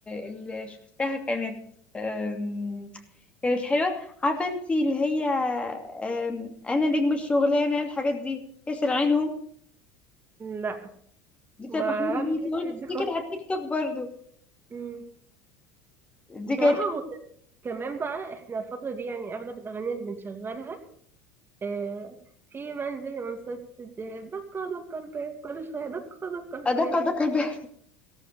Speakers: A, on the left; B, on the right.
A: اللي شفتها كانت أم، كانت حلوه عارفه انت اللي هي أم، انا نجم الشغلانه الحاجات دي كسر عينهم
B: لا
A: دي بتاعت
B: ما
A: محمود
B: اعرفش
A: يوسف
B: إيه
A: بس
B: دي
A: دي كانت على التيك توك برضو
B: خالص بصراحة
A: دي كانت
B: هو ك- كمان بقى احنا الفترة دي يعني اغلب الاغاني اللي بنشغلها آه في منزل مسدس دقة دقة الباب كل شوية دقة دقة الباب
A: أدق أدق الباب